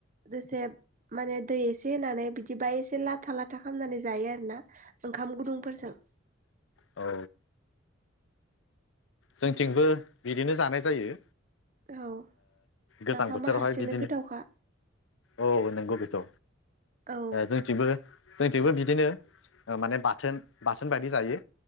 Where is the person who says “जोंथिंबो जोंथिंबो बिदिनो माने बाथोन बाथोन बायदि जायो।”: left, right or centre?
Left